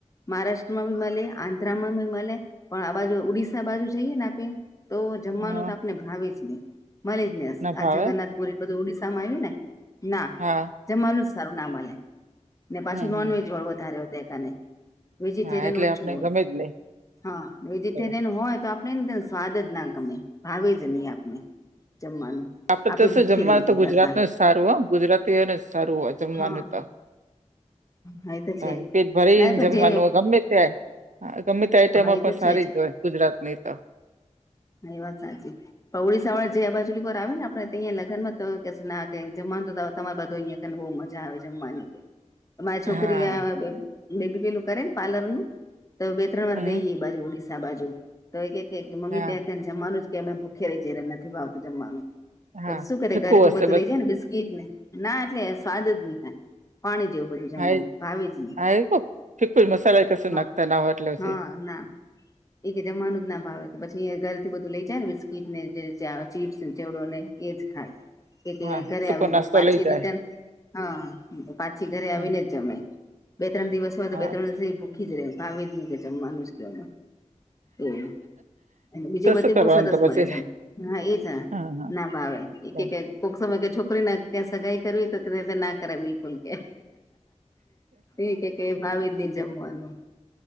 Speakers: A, on the left (about 25°); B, on the right (about 80°).
A: મહારાષ્ટ્રમાં બી મલે આંધ્રામાં બી મલે. પણ આ બાજુ ઉડિશા બાજુ જઈએ ને આપે તો જમવાનું
B: હા
A: તો આપને ભાવે જ નઈ. મલે જ નઈ
B: ના
A: આ
B: ભાવે
A: જગન્નાથપુરી ન બધું ઉડિશામાં આયવુ ને ના
B: હા.
A: જમવાનુ જ સારું ના મલે ને પાછું
B: હમ
A: નોનવેજ
B: હમ
A: વાળુ વધારે હોય ત્યાં કને વેજીિટેરિયન
B: હા એટલે
A: ઓછું
B: આપણે
A: હોય
B: ગમે જ
A: હા વેજીટેરિયન
B: નહી
A: હોય તો આપને એન તો સ્વાદ જ ના ગમે ભાવે જ નહી આપને જમવાનું.
B: આપડે
A: આપે
B: તો શું
A: ભૂખી
B: જમવા
A: રહી જઈ
B: તો ગુજરાતનું
A: અડધા
B: જ સારું હો ગુજરાતીઓને જ સારું હોય જમવાનું
A: હા
B: તો.
A: હા એ તો
B: તાર
A: છે જ
B: પેટ ભરીને
A: ના પણ
B: જમવાનું
A: જે
B: હોય ગમે ત્યાં- હા ગમે તે આઈટમો
A: હા એ
B: પણ
A: તો
B: સારી
A: છે જ
B: જોય ગુજરાતની તો.
A: એ વાત સાચી. અ ઓડિસાવાળ જે આ બાજુ <unintelligible> આપણે તઈયા લગનમાં તો કે સ ના તે જમવાનું તો તમારે બાજુ અઈયા એન બઉ મજા આવે જમવાની મારી
B: હા
A: છોકરી આ બેબી પેલું કરે ને પાર્લરનું તો બે ત્રણ વાર
B: હમ
A: ગઈ એ બાજુ ઓડિશા બાજુ તો એ કેએક મમ્મી
B: હા
A: ત્યાં તને- જમવાનું જ કે અમે ભૂખ્યા રહી જાય નથી ભાવતું જમવાનું.
B: હા
A: પછી શું કરે
B: ફીકું
A: ઘરેથી
B: હશે
A: બધું લઈ જાય ને બિસ્કીટ ને? ના એટલે સ્વાદ જ ની કાંય. પાણી જેવું બધું જમવાનું
B: હા એ
A: ભાવે જ ની.
B: હા એ કઉ ફીકું જ મસાલા એ કશું
A: હ
B: નાખતા ના હોય એટલે પછી
A: હા ના. એ કે જમવાનું જ ના ભાવે તો પછી ઘરેથી બધું લઇ જાય ને બિસ્કીટ ને જે ચીપ્સ, ચેવડો ને એ જ ખાય. એતે
B: હા
A: ઘરે
B: સૂકો
A: આવીને
B: નાસ્તો
A: પછી પાછી
B: લઈ જાય
A: રિટર્ન હા પાછી ઘરે આવીને
B: હમ્મ,
A: જ જમે. બે ત્રણ દિવસ હોય તો
B: હા
A: બે ત્રણ દિવસે ઈ ભુ ખી રે ભાવે જ ની કે જમાનુસ ક્યો માં. એવું અને બીજે
B: તો
A: બધેય
B: શું કરવાનું
A: બહુ સરસ
B: તો પછી
A: મલે છે. હા એજ ને.
B: હા
A: ના ભાવે એ
B: હા
A: કે કે કોક સમય કે છોકરીને કે સગાઈ કરવી તો ના કરાય બિલકુલ કે. એ કે કે ભાવે જ નહી જમવાનું.